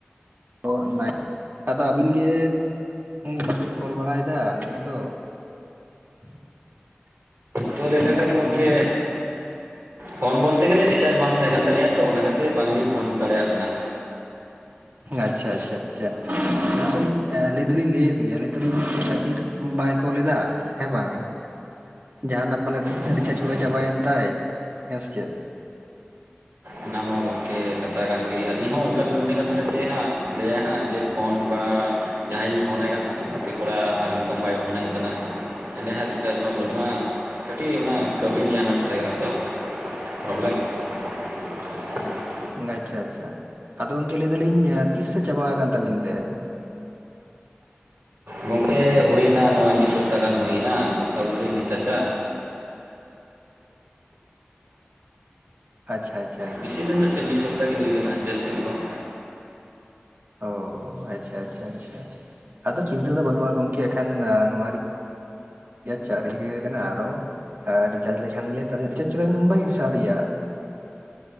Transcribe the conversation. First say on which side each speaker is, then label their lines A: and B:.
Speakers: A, on the right (about 50°); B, on the right (about 65°).
A: ᱚ ᱱᱟ <unintelligible> ᱟᱫᱚ ᱟᱹᱵᱤᱱ ᱜᱮ ᱵᱟᱵᱤᱱ ᱠᱚᱞ ᱵᱟᱲᱟᱭᱮᱫᱟ ᱫᱚᱢᱮ ᱫᱚ <inaudible>
B: ᱛᱚ ᱞᱟ. ᱭ ᱞᱮᱠᱷᱟᱱ ᱜᱚᱝᱠᱮ
A: ᱦᱩᱸ
B: ᱯᱷᱳᱱ ᱵᱚᱞᱛᱮ ᱜᱮᱞᱮ ᱨᱤᱪᱟᱡ ᱵᱟᱝ ᱛᱟᱦᱮᱸ ᱠᱟᱱ ᱛᱟᱹᱞᱤᱧᱟ ᱛᱚ ᱚᱱᱟ ᱠᱷᱟᱹᱛᱤᱨ ᱵᱟᱝᱞᱤᱧ ᱯᱷᱳᱱ ᱫᱟᱲᱮᱭᱟᱜ ᱵᱤᱱᱟ᱾
A: ᱟᱪᱪᱷᱟ ᱟᱪᱪᱷᱟ ᱟᱪᱪᱷᱟ ᱟᱫᱚ ᱞᱤᱧ ᱮᱸ ᱞᱟᱹᱭ ᱫᱚᱞᱤᱧ ᱞᱟᱹᱭᱮᱫ ᱜᱮᱭᱟ ᱱᱤᱛᱚᱜ ᱱᱟᱦᱟᱜ ᱪᱮᱫ ᱠᱷᱟᱹᱛᱤᱨ ᱵᱟᱭ ᱠᱚᱞᱮᱫᱟ ᱦᱮᱸ ᱵᱟᱝ? ᱡᱟᱦᱟᱱᱟᱜ ᱯᱟᱞᱮᱫ
B: ᱟᱪᱪᱷᱟ
A: ᱨᱤᱪᱟᱨᱡᱽ
B: ᱟᱪᱪᱷᱟ
A: ᱠᱚᱜᱮ ᱪᱟᱵᱟᱭᱮᱱ ᱛᱟᱭ ᱦᱮᱸ ᱥᱮ ᱪᱮᱫ?
B: ᱚᱱᱟᱢᱟ ᱜᱚ‌ᱝᱠᱮ ᱠᱟᱛᱷᱟ ᱠᱟᱱ ᱜᱮ ᱟᱹᱞᱤᱧ ᱦᱚᱸ ᱚᱱᱠᱟ ᱞᱤᱧ ᱢᱚᱱᱮᱜ ᱠᱟᱱ ᱛᱟᱦᱮᱸ ᱡᱮ ᱦᱟᱸᱜ ᱞᱟᱹᱭᱟ ᱦᱟᱸᱜ ᱡᱮ ᱯᱷᱳᱱ ᱵᱟᱲᱟ ᱡᱟᱦᱟᱸᱭ ᱤᱧ ᱯᱷᱳᱱᱟᱭ ᱠᱟᱱ ᱛᱟᱦᱮᱸ ᱥᱮ ᱜᱟᱛᱮ ᱠᱚᱲᱟ ᱟᱨ ᱱᱤᱛᱚᱝ ᱵᱟᱭ ᱯᱷᱳᱱᱟᱹᱧ ᱠᱟᱱᱟ ᱮᱱᱰᱮ ᱦᱟᱸᱜ ᱨᱤᱪᱟᱨᱡᱽ ᱢᱟ ᱵᱟᱹᱱᱩᱜᱼᱟ ᱠᱟᱹᱴᱤᱡ ᱚᱱᱟ ᱠᱟᱹᱣᱰᱤ ᱱᱤᱭᱟᱹ ᱟᱱᱟᱴ ᱛᱟᱦᱮᱸ ᱠᱟᱱᱟ ᱛᱚ ᱯᱨᱚᱵᱞᱮᱢ <inaudible>
A: ᱟᱪᱪᱷᱟ ᱟᱪᱪᱷᱟ ᱟᱫᱚ ᱜᱚᱝᱠᱮ ᱞᱟᱹᱭ ᱫᱟᱞᱤᱧ ᱮᱸ ᱛᱤᱥ ᱥᱮ ᱪᱟᱵᱟ ᱟᱠᱟᱱ ᱛᱟᱵᱤᱱ ᱛᱮ?
B: ᱜᱚᱝᱠᱮ ᱦᱩᱭᱮᱱᱟ ᱱᱚᱜᱼᱚᱭ ᱢᱤᱜ ᱥᱚᱯᱛᱟ ᱜᱟᱱ ᱦᱩᱭᱱᱟ ᱟᱹᱣᱨᱤ ᱞᱤᱧ ᱨᱤᱪᱟᱪᱼᱟ᱾
A: ᱟᱪᱪᱷᱟ ᱟᱹᱪᱷ
B: ᱵᱮᱥᱤ ᱫᱤᱱ ᱫᱚ ᱪᱮᱜ ᱢᱤᱜ ᱥᱚᱯᱛᱟ ᱜᱮ ᱦᱩᱭ ᱟᱠᱟᱱᱟ, ᱡᱟᱹᱥᱛᱤ ᱫᱚ ᱵᱟᱝ᱾
A: ᱚᱻ ᱟᱪᱪᱷᱟ ᱟᱪᱪᱷᱟ ᱟᱪᱪᱷᱟ᱾ ᱟᱫᱚ ᱪᱤᱱᱛᱟᱹ ᱫᱚ ᱵᱟᱹᱱᱩᱜᱼᱟ ᱜᱚᱢᱠᱮ ᱮᱠᱷᱟᱱ ᱱᱚᱣᱟᱼᱼ ᱟᱪᱪᱷᱟ, ᱪᱤᱠᱟᱹ ᱠᱟᱱᱟ ᱟᱨᱚ᱾ ᱟᱨ ᱨᱤᱪᱟᱨᱡᱽ ᱞᱮᱠᱷᱟᱱ ᱜᱮ <unintelligible> ᱵᱟᱹᱧ ᱥᱟᱺᱰᱤᱭᱟ᱾